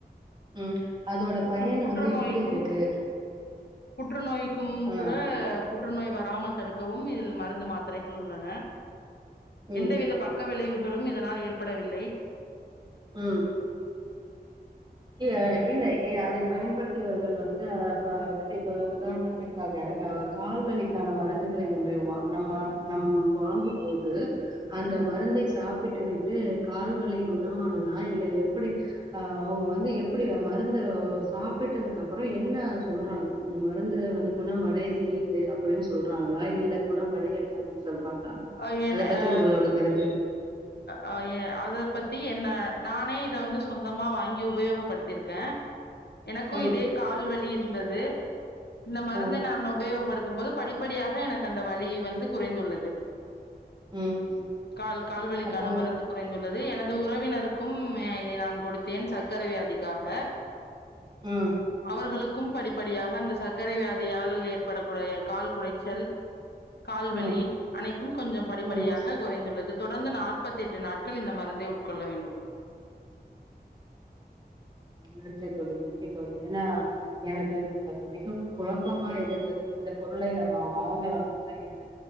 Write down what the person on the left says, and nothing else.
புற்று
புற்றுநோய்க்கும்
புற்றுநோய்க்கும்
கூட புற்றுநோய் வராமல் தடுக்கவும் இதில் மருந்து மாத்திரைகள் உள்ளன
எந்தவித பக்க விளைவுகளும் இதனால் ஏற்படவில்லை
ம்
அஹ் என்
அ
அ எ அத பத்தி என்ன நானே இத வந்து சொந்தமா வாங்கி உபயோகப்படுத்திருக்கே எனக்கு
இதே கால்வலி இருந்தது இந்த மருந்த
நான் உபயோகப்படுத் தும் போது படிப்படியாக எனக்கு அந்த வலி வந்து குறைந்துள்ளது
கால் ல் வலிக்கான
மருந்து குறைந்துள்ளது எனது உறவினருக்கும் இதை நான் கொடுத்தேன் சக்கரை வியாதிக்காக
அவர்களுக்கும் படிப் படியாக அந்த சக்கரை வியாதியால் ஏற்படக்கூடய கால் குடைச்சல் கால்வலி
அனைத்தும் கொஞ்சம் படிப்படியாக
குறைந்துள்ளது தொடர்ந்து நாற்பத்தெட்டு நாட்கள் இந்த மருந்தை உட்கொள்ள வேண்டும்